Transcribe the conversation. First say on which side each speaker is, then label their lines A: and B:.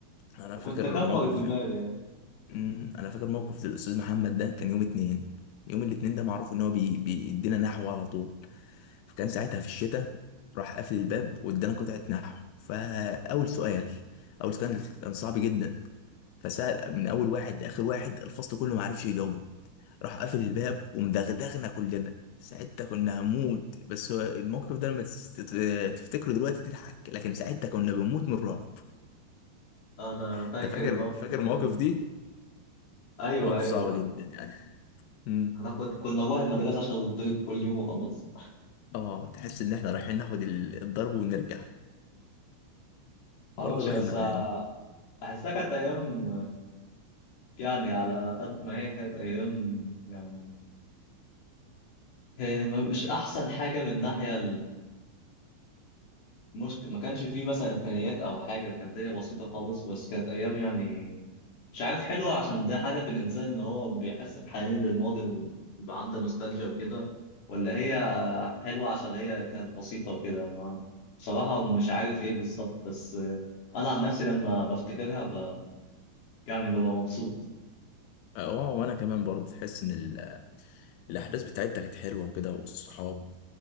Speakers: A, on the left (about 80°); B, on the left (about 60°).
A: انا فاكر
B: كنت اكبر
A: موقف
B: دماغي
A: لل...
B: يعني
A: مم، انا فاكر موقف للأستاذ محمد ده كان يوم اتنين يوم الاتنين ده معروف ان هو بي... بيدينا نحو على طول فكان ساعتها في الشتاء راح قافل الباب وادانا قطعة نحو فأول سؤال أول سؤال كان كان صعب جدا فسأل من أول واحد لآخر واحد الفصل كله ما عرفش يجاوبه راح قافل الباب ومدغدغنا كلنا ساعتها كنا هنموت بس هو الموقف ده لما تست- تفتكره دلوقتي تضحك لكن ساعتها كنا بنموت من الرعب
B: انا فاكر
A: انت فاكر
B: الموقف
A: فاكر
B: ده
A: المواقف
B: كله
A: دي
B: ايوه
A: مواقف
B: ايوه
A: صعبة جدا يعني امم
B: انا كنت كنا نروح المدرسه عشان نتضرب كل يوم وخلاص
A: اه تحس ان احنا رايحين ناخد ال- الضرب ونرجع
B: ما
A: برضه
B: اعرفش
A: الواحد
B: بس
A: مكان
B: احسها كانت ايام يعني على قد ما هي كانت ايام يعني هي م- مش احسن حاجه من ناحيه المشكله ما كانش فيه مثلا امكانيات او حاجه كانت الدنيا بسيطه خالص بس كانت ايام يعني مش عارف حلوة عشان ده حاجة في الإنسان إن هو بيحس بحنين للماضي ويبقى عنده نوستالجيا وكده ولا هي حلوة عشان هي كانت بسيطة وكده ما بصراحة مش عارف إيه بالظبط بس أنا عن نفسي لما بفتكرها ب... يعني ببقى مبسوط
A: اه وانا كمان برضه تحس ان ال- الاحداث بتاعتها كانت حلوه وكده والصحاب